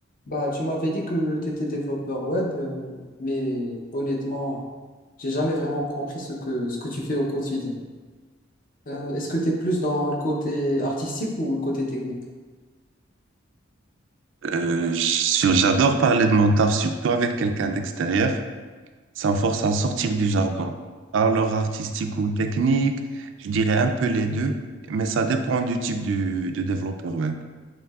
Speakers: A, on the left (about 45°); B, on the right (about 60°).
A: Bah, tu m'avais dit que tu étais développeur web, euh, mais honnêtement, j'ai jamais vraiment compris ce que, ce que tu fais au quotidien. Euh, est-ce que tu es plus dans le côté artistique ou le côté technique?
B: Euh, sur- j'adore parler de mon taf, surtout avec quelqu'un d'extérieur. Ça me force à sortir du jargon. Alors artistique ou technique, je dirais un peu les deux, mais ça dépend du type du, de développeur web.